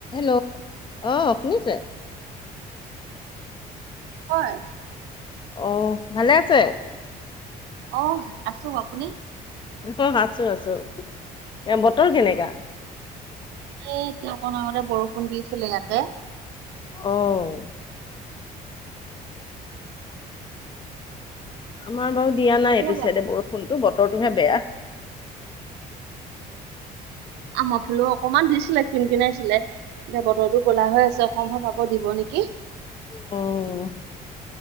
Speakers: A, on the left; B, on the right.
A: Hello, অ, শুনিছে?
B: হয়।
A: অহ, ভালে আছে?
B: অহ, আছোঁ আপুনি?
A: <unintelligible> আছোঁ- আছোঁ এ বতৰ কেনেকা?
B: এ এতিয়া অকণ আগতে বৰষুণ দিছিলে ইয়াতে।
A: অহ, ওঁ আমাৰ বাৰু দিয়া নাই
B: কেনেকুৱা
A: এইটো চাইডে
B: বাৰু?
A: বৰষুণতো বতৰটোহে বেয়া।
B: আমাৰ ফালেও অকমান দিছিলে কিন - কিনাইছিলে। এতিয়া বতৰটো ক'লা হৈ আছে সম্ভৱ আকৌ দিব নেকি।
A: অ',